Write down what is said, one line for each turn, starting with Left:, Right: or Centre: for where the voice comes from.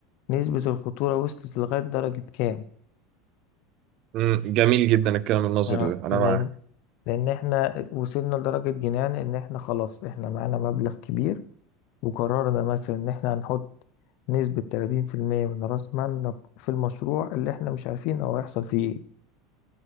Left: نسبة الخطورة وصلت لغاية درجة كام
Right: مم. جميل جدا الكلام النظري
Left: تمام؟
Right: ده انا
Left: لأن
Right: معاه
Left: لان احنا وصلنا لدرجة جنان ان احنا خلاص احنا معانا مبلغ كبير وقررنا مثلا ان احنا هنحط نسبة 30% من راس مالنا في المشروع اللي احنا مش عارفين هو هيحصل فيه ايه